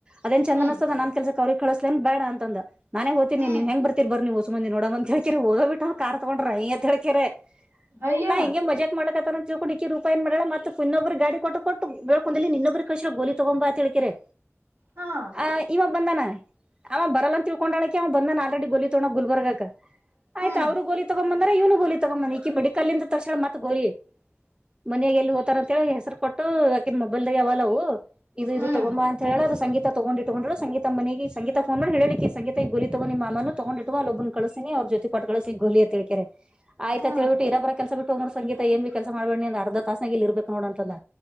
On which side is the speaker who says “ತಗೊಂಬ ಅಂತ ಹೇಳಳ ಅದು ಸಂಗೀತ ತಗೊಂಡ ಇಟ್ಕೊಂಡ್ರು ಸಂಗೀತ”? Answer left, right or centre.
Right